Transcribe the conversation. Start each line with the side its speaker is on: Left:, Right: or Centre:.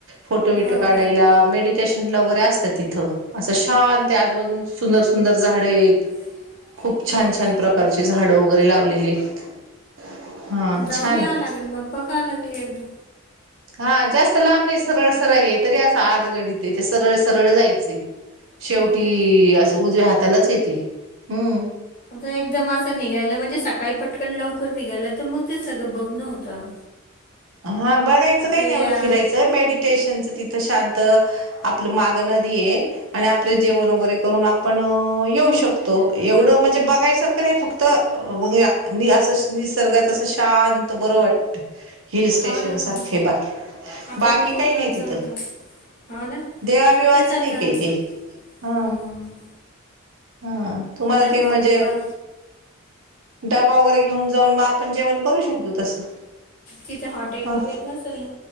Right: फोटोबिटो
Left: हो
Right: काढायला,
Left: का?
Right: मेडिटेशन. डला वगैरे असतात तिथं, असं शांत हाय आजूबाजून सुंदर सुंदर झाड आहेत.
Left: आहेत.
Right: खूप
Left: हो
Right: छान,
Left: का
Right: छान प्रकारची झाडं वगैरे लावलेली आहेत. हा
Left: जाऊन
Right: छान आहे
Left: यावं लागेल, मप्पा काव लागली एकदा.
Right: हा जास्त लांबने सरळ सरळ है, तरी असं आत गडीत है ते सरळ सरळ जायचय. शेवटी,
Left: हो का?
Right: असं उजव्या हातालाच येते, हम्म.
Left: आता एकदम असं निघायला, म्हणजे सकाळी पटकन लवकर निघालं, तर मग ते सगळं बघनं होतं.
Right: हा, बघायचं
Left: आता
Right: काही
Left: या
Right: नाही, एवढं फिरायचं. तर मेडिटेशनच तिथं शांत, आपलं माग नदी आहे. आणि आपले
Left: हम्म.
Right: जेवण वगैरे करून पण येऊ शकतो, एवढं म्हणजे बघायसारखं नाही फक्त या नि असं निसर्गाात असं शांत बरं वाटत. हिल स्टेशन
Left: हो ना मग
Right: सारखे हाय बाकी,
Left: आता
Right: बाकी
Left: ऊनच
Right: काही नाही तिथं
Left: होतं हो ना
Right: देवाबिवाच
Left: तेच आता
Right: नाही काय
Left: हम्म
Right: ते, हा हा, तुम्हाला
Left: डबा
Right: ते म्हणजे
Left: बिबा
Right: डबा वगैरे घेऊन जाऊन, म आपण जेवण करू शकतो तसं
Left: तिथं हॉटेल
Right: ह
Left: वगैरे नसेल ना?